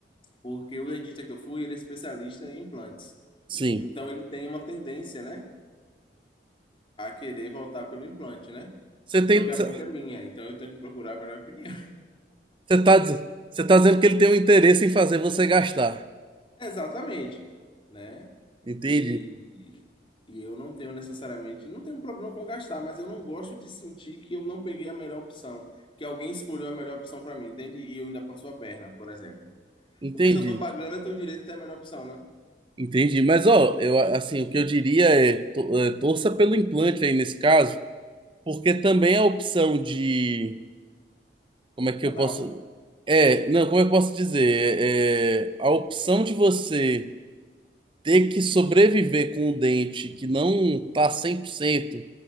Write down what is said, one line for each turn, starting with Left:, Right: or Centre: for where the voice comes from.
Left: porque o dentista que eu fui, ele é especialista em implantes.
Right: Sim.
Left: Então ele tem uma tendência, né, a querer voltar pelo implante, né?
Right: Você tem,
Left: Só que a
Right: você
Left: boca é minha, então eu tenho que procurar a melhor opinião.
Right: tá, diz- você tá dizendo que ele tem um interesse em fazer você gastar.
Left: Exatamente, né?
Right: Entendi,
Left: E, e eu não tenho necessariamente, não tenho problema com gastar, mas eu não gosto de sentir que eu não peguei a melhor opção, que alguém escolheu a melhor opção para mim, entende? E eu ainda passo a perna, por exemplo.
Right: entendi,
Left: Porque se eu tô pagando, eu tenho o direito a ter a melhor opção, né?
Right: entendi. Mas ó, eu assim, o que eu diria é, to- é, torça pelo implante aí nesse caso, porque também a opção de, como é
Left: Canal,
Right: que eu posso, é, não, como eu posso dizer, é, é, a opção de você ter que sobreviver com um dente que não tá 100%